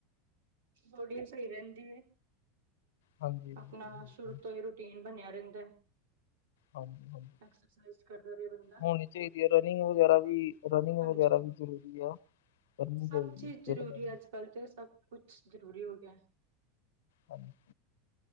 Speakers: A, on the right; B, on the left.
A: ਸੋੜੀਆਂ ਸਹੀ ਰਹਿੰਦੀ ਏ,
B: ਹਾਂਜੀ ਬਿਲਕੁਲ
A: ਆਪਣਾ
B: ਬਿਲਕੁਲ
A: ਸੁਰ ਤੋਂ ਹੀ, ਰੁਟੀਨ ਰੁਟੀਨ, ਬਣਿਆ ਰਹਿੰਦਾ?
B: ਹਾਂਜੀ- ਹਾਂਜੀ
A: ਐਕਸਰਸਾਈਜ਼, ਕਰਨ ਨਾਲ, ਬੰਦਾ
B: ਹੋਣੀ ਚਾਹੀਦੀ ਹੈ, ਰਨਿੰਗ ਵਗੈਰਾ ਵੀ, ਰਨਿੰਗ
A: ਹਾਂਜੀ,
B: ਵਗੈਰਾ ਵੀ, ਜ਼ਰੂਰੀ ਆ ਕਰਨੀ,
A: ਸਭ
B: ਚਾਹੀਦੀ
A: ਚੀਜ਼
B: ਫਿਟਨੈਂਸ
A: ਜ਼ਰੂਰੀ ਅੱਜ ਕਲ ਸਭ ਕੁਛ ਜ਼ਰੂਰੀ ਹੋ ਗਿਆ
B: ਹਾਂਜੀ